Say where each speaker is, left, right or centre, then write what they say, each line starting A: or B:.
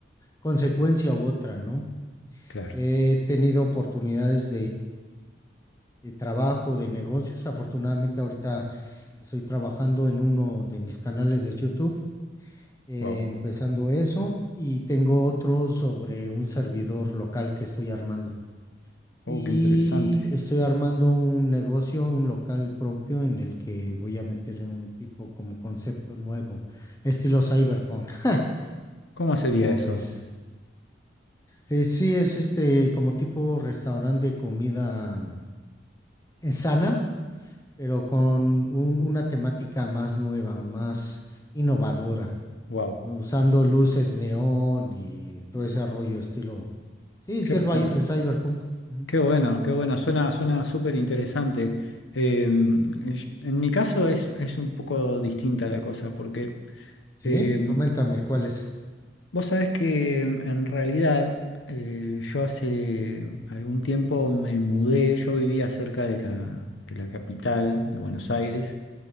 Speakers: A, on the left; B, on the left.
A: consecuencia u otra, ¿no?
B: Claro.
A: He tenido oportunidades de trabajo, de negocios. Afortunadamente ahorita estoy trabajando en uno de mis canales de YouTube, eh,
B: Wow.
A: empezando eso, y tengo otro sobre un servidor local que estoy armando.
B: Oh,
A: Y
B: qué interesante.
A: estoy armando un negocio, un local propio en el que voy a meter un tipo como concepto nuevo, estilo cyberpunk. <laughs>
B: ¿Cómo sería
A: ¿Cómo
B: eso?
A: ves? Eh, sí, es este como tipo restaurante de comida eh, sana pero con un- una temática más nueva, más innovadora,
B: Wow.
A: ¿no? usando luces neón y todo ese rollo estilo. Sí,
B: Qué
A: sí,
B: bueno.
A: cyberpunk. Ujú.
B: Qué bueno, qué bueno, suena, suena súper interesante. Em, en mi caso es, es un poco distinta la cosa, porque
A: Sí,
B: em,
A: coméntame cuál es.
B: vos sabés que em, en realidad eh, yo hace algún tiempo me mudé, yo vivía cerca de la, de la capital de Buenos Aires